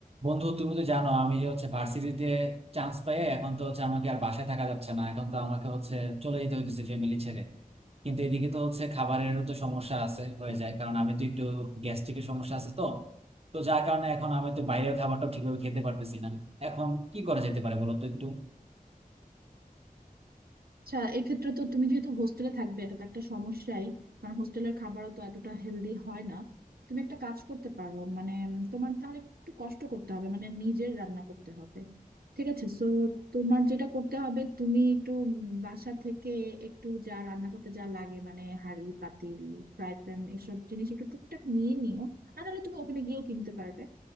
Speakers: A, on the right; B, on the right.
A: বন্ধু তুমি তো জানো আমি যে হচ্ছে ভার্সিটিতে চান্স পাই এখন তো হচ্ছে আমাকে আর বাসায় থাকা যাচ্ছে না এখন তো আমাকে হচ্ছে চলে যেতে হইতেছে ফ্যামিলি ছেড়ে কিন্তু এদিকে তো হচ্ছে খাবারেরও তো সমস্যা আছে হয়ে যায় কারণ আমি তো একটু গ্যাস্ট্রিকের সমস্যা আছে তো তো যার কারণে এখন আমি তো বাইরের খাবারটা ঠিকভাবে খেতে পারতেছি না এখন কি করা যেতে পারে বলো তো একটু
B: আচ্ছা এক্ষেত্রে তো তুমি যেহেতু হোস্টেলে থাকবে এটা তো একটা সমস্যাই কারণ হোস্টেলের খাবারও তো এতটা হেলদি হয় না তুমি একটা কাজ করতে পারো মানে উম, তোমার তাহলে একটু কষ্ট করতে হবে মানে নিজের রান্না করতে হবে ঠিক আছে সো তোমার যেটা করতে হবে তুমি একটু উম, বাসা থেকে একটু যা রান্না করতে যা লাগে মানে হাঁড়ি পাতিল ফ্রাই প্যান এসব জিনিস একটু টুকটাক নিয়ে নিও আর নাহলে তুমি ওখানে গিয়েও কিনতে পারবে